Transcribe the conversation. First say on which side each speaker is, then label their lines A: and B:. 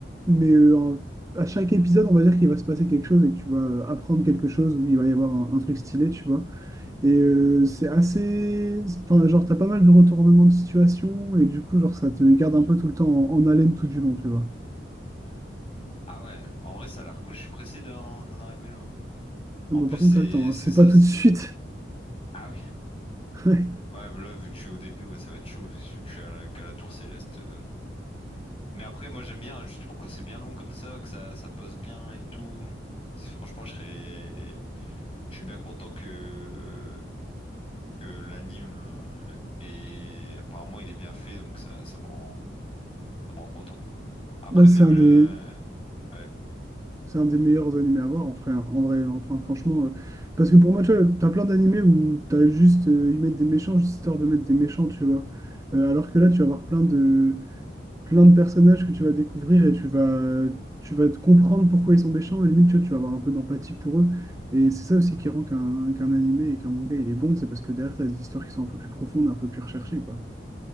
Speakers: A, on the right (about 15°); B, on the left (about 30°).
A: mais euh, en- à chaque épisode, on va dire qu'il va se passer quelque chose et que tu vas euh, apprendre quelque chose ou il va y avoir un, un truc stylé, tu vois. Et euh, c'est assez. Enfin, genre, t'as pas mal de retournements de situation et du coup, genre, ça te garde un peu tout le temps en, en haleine tout du long, tu vois.
B: Ah ouais, en vrai, ça a l'air cool. Je suis pressé d'en d'en arriver là.
A: Ah
B: En
A: bah,
B: plus,
A: par contre,
B: c'est
A: t'as le temps, hein.
B: c'est
A: C'est
B: ça.
A: pas tout
B: c'est-
A: de suite.
B: Ah oui.
A: <laughs> Ouais.
B: Ouais, là, vu que je suis au début, ouais, ça va être chaud. Je suis je suis à la, qu'à la tour céleste. euh, Mais après, moi j'aime bien justement quand c'est bien long comme ça, que ça, ça pose bien et tout. C'est- Franchement, je serais... je suis bien content que, que l'anime euh, est... apparemment il est bien fait, donc ça, ça me rend ça me rend content quoi. Après
A: Bah, c'est
B: même
A: un
B: le...
A: des,
B: Ouais,
A: c'est un des meilleurs animés à voir en vrai, en vrai, enfin franchement. euh, parce que pour moi, tu vois, t'as plein d'animés où t'as juste, euh, ils mettent des méchants juste histoire de mettre des méchants, tu vois. Euh, alors que là, tu vas avoir plein de, plein de personnages que tu vas découvrir et tu vas, tu vas te comprendre pourquoi ils sont méchants. Et limite, tu vois, tu vas avoir un peu d'empathie pour eux. Et c'est ça aussi qui rend qu'un qu'un animé et qu'un manga, il est bon. C'est parce que derrière, tu as des histoires qui sont un peu plus profondes, un peu plus recherchées, quoi.